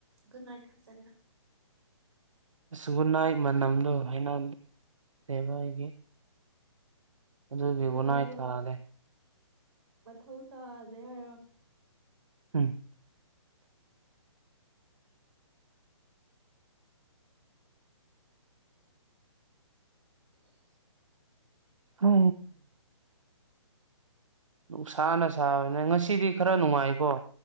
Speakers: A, on the right (about 60°); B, on the right (about 85°).
A: ꯒꯗ ꯅꯥꯠ ꯍ
B: ꯑꯒꯟꯅꯥꯏ ꯃꯅꯝꯗꯣ ꯍꯥꯏꯅꯦꯕ ꯑꯩꯒꯤ ꯑꯗꯨꯒꯤ ꯒꯨꯠꯅꯥꯏ
A: ꯅꯥꯏ ꯃꯅ
B: ꯊꯥꯔꯦ
A: ꯃꯊꯧꯊꯧ ꯇꯥꯗꯦ ꯍꯥꯏ
B: ꯎꯝ
A: <unintelligible>
B: ꯍ ꯅꯨꯡꯁꯥꯅ ꯁꯥꯕꯅꯦ ꯉꯁꯤꯗꯤ ꯈꯔ ꯅꯨꯡꯉꯥꯏꯀꯣ